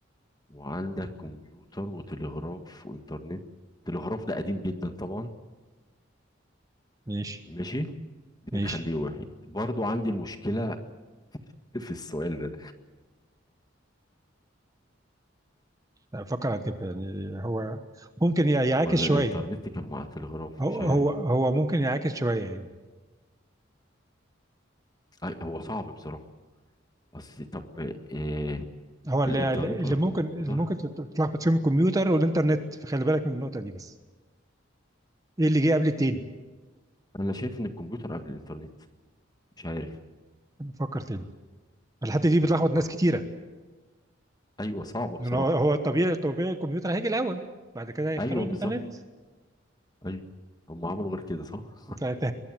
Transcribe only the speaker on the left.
وعندك كمبيوتر وتلغراف وانترنت التلغراف ده قديم جدا طبعا
ماشي دي
نخليه واحد برضو عندي المشكلة في السؤال ده
ولا
الانترنت كان مع التلغراف
مش عارف
أي هو صعب بصراحة بس طب آه
الانترنت
ولا الكمبيوتر
انا شايف ان الكمبيوتر قبل الانترنت مش عارف
صح
ايوه صعبه
بصراحه
ايوه
بالظبط
ايوه هم عملوا غير كده صح